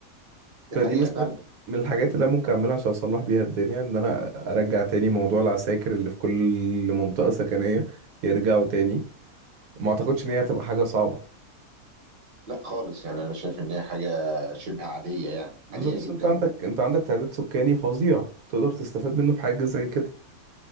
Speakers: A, on the right; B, on the right.
A: دي
B: فدي
A: حقيقة
B: مثلا
A: فعلا
B: من الحاجات اللي أنا ممكن أعملها عشان أصلح بيها الدنيا إن أنا أرجع تاني موضوع العساكر اللي في كل منطقة سكنية يرجعوا تاني ما أعتقدش إن هي هتبقى حاجة صعبة
A: لا خالص يعني أنا شايف إن هي حاجة شبه عادية يعني
B: بالظبط
A: عادية جدا
B: أنت عندك أنت عندك تعداد سكاني فظيع تقدر تستفاد منه في حاجة زي كده